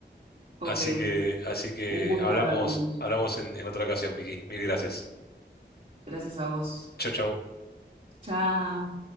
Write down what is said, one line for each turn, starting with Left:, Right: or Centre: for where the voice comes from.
Right: ok.
Left: Así que, así que
Right: Un gusto
Left: hablamos,
Right: hablar con vos.
Left: hablamos en, en otra ocasión, Vicky. Mil gracias.
Right: Gracias a vos.
Left: Chau, chau.
Right: Chao.